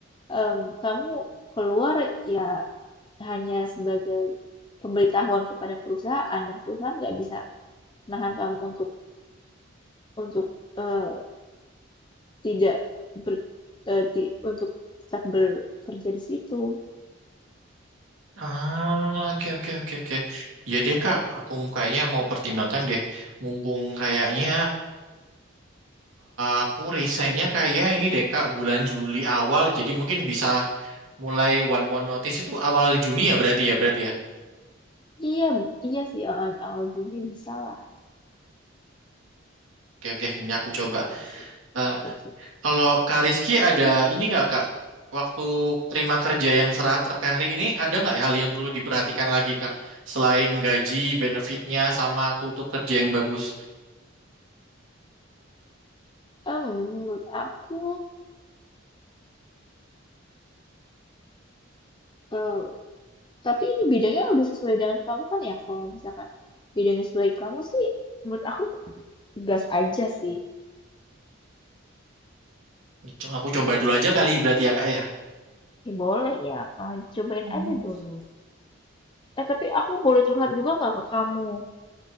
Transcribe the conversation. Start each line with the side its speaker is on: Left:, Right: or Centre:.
Left: em, kamu keluar ya hanya sebagai pemberitahuan kepada perusahaan dan perusahaan nggak bisa nahan kamu untuk untuk eh, tidak ber, eh, di- untuk tetap bekerja di situ.
Right: Ah, oke oke oke oke. Ya deh Kak, aku kayaknya mau pertimbangkan deh. Mumpung kayaknya aku resignnya kayak ini deh Kak, bulan Juli awal, jadi mungkin bisa. mulai one month notice itu awal Juni ya berarti ya berarti ya.
Left: Iya, iya sih awal, awal Juni bisa lah.
Right: Oke oke, ini aku coba.
Left: Oh, sip,
Right: Eh,
Left: sip, sip.
Right: kalau Kak Rizky ada
Left: Itu
Right: ini nggak Kak? Waktu terima kerja yang serah terakhir hari ini ada nggak hal yang perlu diperhatikan lagi Kak? Selain gaji, benefitnya, sama kultur kerja yang bagus.
Left: em, menurut aku eh, tapi ini bidangnya udah sesuai dengan kamu kan ya? Kalau misalkan bidangnya sesuai kamu sih, menurut aku gas aja sih.
Right: Co- Aku coba dulu aja kali berarti ya Kak ya.
Left: Ya boleh ya, eh, cobain
Right: Hmm.
Left: aja dulu. Eh tapi aku boleh curhat juga nggak ke kamu?